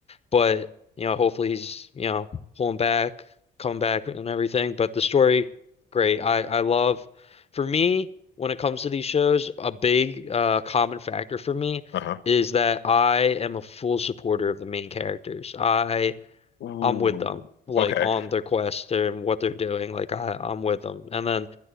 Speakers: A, on the left (about 30°); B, on the left (about 65°).
A: But you know, hopefully he's you know pulling back, come back and everything. But the story, great. I I love. For me, when it comes to these shows, a big uh common factor for me
B: Uh-huh.
A: is that I am a full supporter of the main characters. I
B: Ooh.
A: I'm with them, like
B: Okay.
A: on their quest and what they're doing. Like I, I'm with them. And then